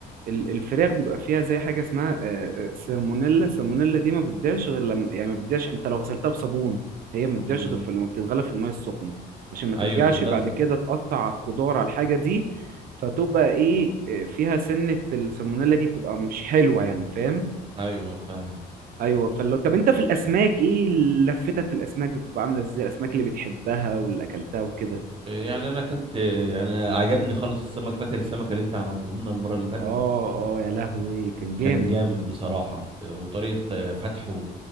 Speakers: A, on the right; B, on the right.
A: ال- الفراخ بيبقى فيها زي حاجه اسمها آه، آه، سالمونيلا السالمونيلا دي ما بتضيعش غير لما يعني ما بتضيعش انت لو غسلتها بصابون هي ما بتضيعش
B: امم
A: غير في لما بتتغلى في الميه السخنه عشان ما ترجعش
B: ايوه ما
A: بعد
B: لازم
A: كده تقطع خضار على الحاجه دي فتبقى ايه آه، فيها سنه السالمونيلا دي بتبقى مش حلوه يعني فاهم
B: ايوه فاهم
A: ايوه فلو طب انت في الاسماك ايه لفتك في الاسماك بتبقى عامله ازاي الاسماك اللي بتحبها واللي اكلتها وكده
B: يعني انا اكلت يعني عجبني خالص السمك فاكر السمك اللي انت عملته لنا المره اللي فاتت
A: اه اه يا لهوي كان جامد
B: كان جامد بصراحه وطريقه فتحه